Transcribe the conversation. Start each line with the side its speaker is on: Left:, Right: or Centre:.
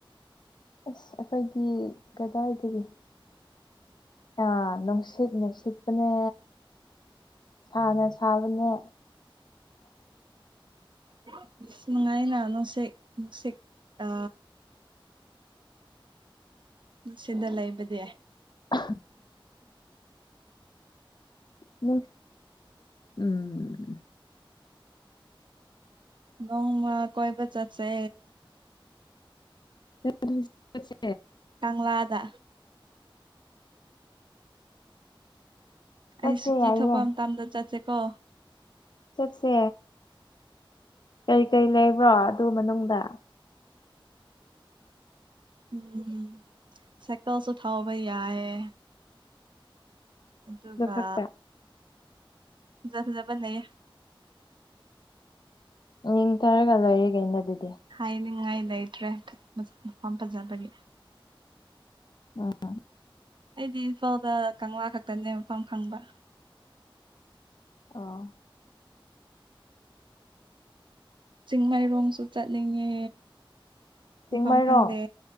Left: ꯑꯁ ꯑꯩꯈꯣꯏꯒꯤ ꯀꯗꯥꯏꯗꯒꯤ ꯑ ꯅꯨꯡꯁꯤꯠꯅ ꯅꯁꯤꯠꯄꯅꯦ ꯁꯥꯅ ꯁꯥꯕꯅꯦ꯫
Right: <unintelligible> ꯑꯁ ꯅꯨꯡꯉꯥꯏꯅ ꯅꯨꯡꯁꯤꯠ ꯅꯨꯡꯁꯤꯛ ꯑ ꯁꯤꯗ ꯂꯩꯕꯗꯤ꯫
Left: <unintelligible> ꯎ ꯎꯝ
Right: ꯅꯣꯡꯃ ꯀꯣꯏꯕ ꯆꯠꯁꯦ
Left: ꯅꯣꯏ ꯑꯗꯨꯗꯤ ꯆꯠꯁꯦ
Right: ꯀꯪꯂꯥꯗ
Left: ꯆꯠꯁꯦ
Right: ꯑꯩ ꯁꯨꯇꯤ
Left: ꯌꯥꯏꯌꯦ
Right: ꯊꯣꯛꯄ ꯃꯇꯝꯗ ꯆꯠꯁꯦꯀꯣ꯫
Left: ꯆꯠꯁꯦ ꯀꯔꯤꯀꯔꯤ ꯂꯩꯕ꯭ꯔꯣ ꯑꯗꯨ ꯃꯅꯨꯡꯗ꯫
Right: ꯎꯝ ꯁꯥꯏꯀꯜꯁꯨ ꯊꯧꯕ ꯌꯥꯏꯌꯦ꯫ ꯑꯗꯨꯒ
Left: ꯑꯗꯨ ꯈꯛꯇ
Right: ꯐꯖ ꯐꯖꯕ ꯂꯩꯌꯦ
Left: ꯌꯦꯡꯊꯔꯒ ꯂꯣꯏꯔꯦ ꯀꯩꯅꯣ ꯑꯗꯨꯗꯤ
Right: ꯍꯥꯏꯅꯤꯡꯉꯥꯏ ꯂꯩꯇ꯭ꯔꯦ ꯃꯐꯝ ꯐꯖꯕꯒꯤ
Left: ꯑꯥ꯫
Right: ꯑꯩꯗꯤ ꯏꯝꯐꯥꯜꯗ ꯀꯪꯂꯥ ꯈꯛꯇꯅꯦ ꯃꯐꯝ ꯐꯪꯕ
Left: ꯑ
Right: ꯆꯤꯡꯃꯩꯔꯣꯡꯁꯨ ꯆꯠꯅꯤꯡꯉꯦ
Left: ꯆꯤꯡꯃꯩꯔꯣꯡ
Right: ꯃꯐꯝ ꯐꯪꯗꯦ